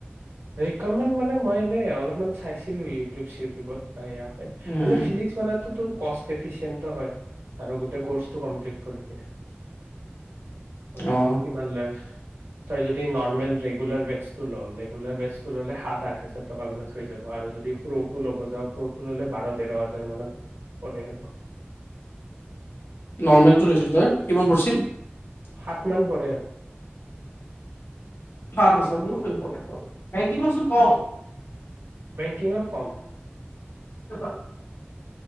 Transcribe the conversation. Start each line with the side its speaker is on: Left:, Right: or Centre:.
Right: এক কমে মানে মই এনে অলপমান চাইছিলোঁ ইউটিউব চিউটিউবত হয়
Left: উম
Right: মানে ফিজিক্সালাতটো তোৰ কষ্ট ফিচিয়ে হয় আৰু গোটেই কৰ্চটো কমপ্লিট কৰি দিয়ে মানে
Left: অ
Right: তোৰ কিবা লাৰ্জ তই যদি নৰ্মেল ৰেগুলাৰ বেচ টো ল ৰোলাৰ বেছ টো ললে সাত আঠ হাজাৰ টকা মানত হৈ যাব, আৰু যদি প্ৰব টো ল'ব যাও প্ৰবটো ললে বাৰ তেৰ হাজাৰ মানত ন
Left: নৰ্মেলতটো লৈছিলো তই কিমান পৰ্চি <unintelligible>
Right: সাত মান পৰে আৰু
Left: হাত হজৰত টো কৰিব পাৰিব নাইন্তি পাৰ্চেন্ত কম
Right: বেংকিংৰ কম
Left: <unintelligible>